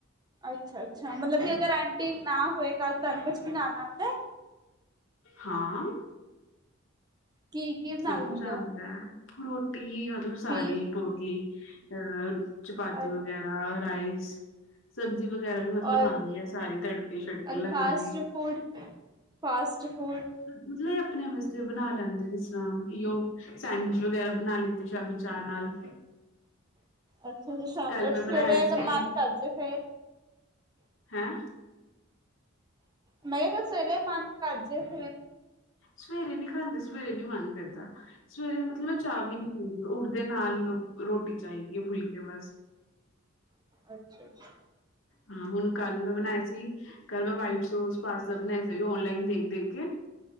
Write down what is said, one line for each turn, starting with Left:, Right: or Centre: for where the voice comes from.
Right: ਅੱਛਾ-ਅੱਛਾ ਮਲਬ ਕਿ ਅਗਰ ਆਂਟੀ ਨਾ ਹੋਏ ਕੱਲ ਤਾਨੂੰ ਕੁਛ ਵੀ ਨ <unintelligible> ਤੇ
Left: ਹਾਂ
Right: ਕੀ ਕੀ ਬਣਾ
Left: ਸਭ
Right: ਲੈਂਦੇ
Left: ਕੁਛ ਆਉਂਦਾ
Right: ਹੋ
Left: ਰੋਟੀ ਮਤਲਬ ਸਾਰੀ
Right: ਕੀ
Left: ਟੋਟਲੀ ਅਹ ਚਪਾਤੀ
Right: ਔਰ
Left: ਵਗੈਰਾ ਰਾਈਸ ਸਬਜ਼ੀ ਵਗੈਰਾ ਵੀ ਮਤਲਬ
Right: ਔਰ
Left: ਆਉਂਦੀ ਹੈ ਸਾਰੀ ਤੜਕੇ ਸ਼ੜਕੇ
Right: ਔਰ
Left: ਲਗਾਨੇ।
Right: ਫਾਸਟ ਫੂਡ ਫਾਸਟ ਫੂਡ
Left: ਮਤਲ ਏ ਆਪਣੇ ਵਾਸਤੇ ਬਣਾ ਲੈਂਦੇ ਜਿਸ ਤਆਂ <unintelligible> ਓ ਸੈਂਡਵਿ ਵਗੈਰਾ ਬਨਾ ਲਿੱਤੇ ਸ਼ਾਮੀ ਚਾਰ ਨਾਲ।
Right: ਅੱਛਾ ਜ ਸ਼ਾਮ
Left: ਕੱਲ
Right: ਰ
Left: ਮੈਂ
Right: ਸਵੇਰੇ
Left: ਬਣਾਇਆ ਸੀ
Right: ਫੇ ਮਾਮ ਚਜੇ ਫੇਰ?
Left: ਹੈਂ
Right: ਮੈਂ ਕਿਹਾ ਸਵੇਰੇ ਮਨ ਕਜੇ ਫ?
Left: ਸਵੇਰੇ ਨੀ ਖਾਂਦੇ ਸਵੇਰੇ ਨੀ ਮਨ ਕਰਦਾ ਸਵੇਰੇ ਮਤਲਬ ਮੈਂ ਚਾਹ ਵੀ ਨੀ ਪੀਂਦੀ। ਉੜਦੇ ਨਾਲੂ ਰੋਟੀ ਚਾਈਦੀ ਏ ਫੁਲਕੇ ਬਸ।
Right: ਅੱਛਾ-ਅੱਛਾ।
Left: ਹਾਂ ਹੁਨ ਕੱਲ ਮੈਂ ਬਨਾਇਆ ਸੀ ਕੱਲ ਵਾਈਟ ਸੋਸ ਪਾਸਤਾ ਬਨਾਇਆ ਸੀ ਓਨਲਾਈਨ ਦੇਖ ਦੇਖ ਕੇ।